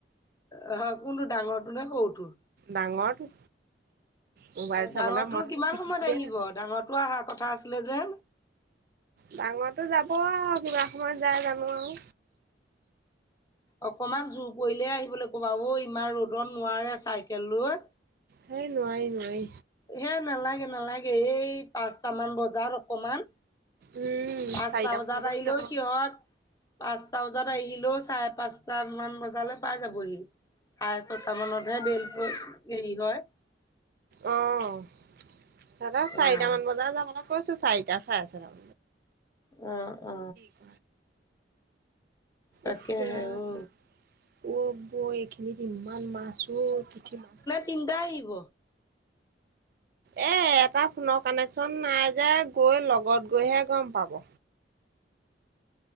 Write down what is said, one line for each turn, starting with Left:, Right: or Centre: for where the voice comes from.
Left: অ হয় কোনটো ডাঙৰটো নে সৰুটো
Right: ডাঙৰটো মোবাইল
Left: অ
Right: চাবলে
Left: ডাঙৰটো
Right: মই হেনো
Left: কিমান
Right: পিটিকিয়ে
Left: সময়ত আহিব
Right: থাকো
Left: ডাঙৰটো অহাৰ কথা আছিলে যে
Right: ডাঙৰটো যাব আৰু কিমান সময়ত যাই জানো আৰু
Left: অকমান জোৰ পৰিলে আহিবলৈ ক'বা অ ইমান ৰ'দত নোৱাৰে চাইকেল লৈ
Right: সেই নোৱাৰি নোৱাৰি
Left: হে নালাগে নালাগে এই পাঁচটামান বজাত অকমান
Right: উম
Left: পাঁচটা
Right: চাৰিটামান
Left: বজাত আহিলেও
Right: যাম অ'
Left: সিহঁত পাঁচটা বজাত আহিলেও চাৰে পাঁচটা মান বজালৈ পাই যাবহি চাৰে ছয়টা মানতহে বেল পৰি হেৰি হয়
Right: অ সেতক চাৰিটা
Left: অ
Right: মান বজাত যাবলৈ কৈছো চাৰিটা চাৰেচাৰিটাত
Left: অ অ
Right: ক
Left: তাকেহে
Right: উফ ৰাম
Left: ঔ
Right: অ বৌ এইখিনিত ইমান মাছ ঔ পুঠি মাছ
Left: তিনটা আহিব
Right: এ এটা ফোনৰ কানেকচন নাই যে গৈ লগত গৈহে গম পাব